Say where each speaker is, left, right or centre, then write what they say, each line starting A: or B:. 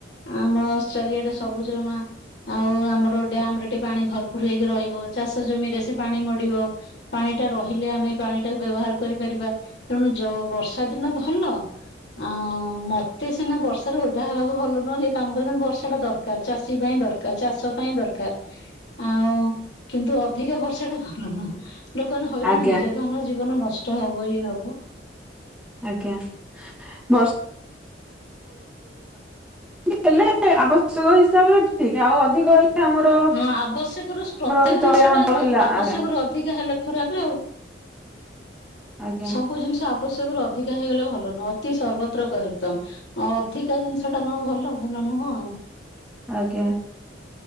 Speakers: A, on the left; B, in the centre.
A: ଆମ ଚାରିଆଡେ ସବୁଜମା ଆଉ ଆମର ଡ୍ୟାମ ରେ ଟିକେ ପାଣି ଭରପୁର ହେଇକି ରହିବ ଚାଷ ଜମିରେ ସେ ପାଣି ଗଡିବ। ପାଣି ଟା ରହଲେ ଆମେ ପାଣି ଟାକୁ ବ୍ୟବହାର କରିପାରିବା ତେଣୁ ଯ ବର୍ଷା ଦିନ ଭଲ ଆଉ ମତେ ସିନା ବର୍ଷାରୁ ଓଦା ହେବାକୁ ଭଲ ନୁହେଁ କି କାମ କ କିନ୍ତୁ ବର୍ଷା ଟା ଦର ଚାଷୀ ପାଇଁ ଦରକାର ଚାଷ ପାଇଁ ଦରକାର। ଆଉ କିନ୍ତୁ ଅଧିକା ବର୍ଷା ଟା ଭଲ ନୁହଁ। ଲୋକମାନେ ହଇରାଣ
B: ଆଜ୍ଞା
A: ହେଇଯାଏ ଧନ ଜୀବନ ନଷ୍ଟ ହବ ଇଏ ହବ।
B: ଆଜ୍ଞା। ବର୍ଷା ହେଲେ ଆବଶ୍ୟକ ହିସାବରେ ଠିକ ଆଉ ଅଧିକ ହେଲେ ଆମର।
A: ହଁ ଆବଶ୍ୟକ ରୁ ପ୍ରତ୍ୟେକ
B: ଅଛି
A: ଜିନିଷ
B: ତଳିଆ
A: ଟା
B: ଅଞ୍ଚଳ ହେଲା
A: ଆବଶ୍ୟକ
B: ଆଜ୍ଞା
A: ରୁ ଅଧିକା ହେଲେ ଖରାପ ଆଉ
B: ଆଜ୍ଞା
A: ସବୁ ଜିନିଷ ଆବଶ୍ୟକ ରୁ ଅଧିକା ହେଇଗଲେ ଭଲ ନୁହଁ ଅତି ସର୍ବତ୍ର କହି ତମ ଆ ଅଧିକା ଜିନିଷ ଟା କଣ ଭଲ ଭଲ ନୁହଁ ଆଉ।
B: ଆଜ୍ଞା।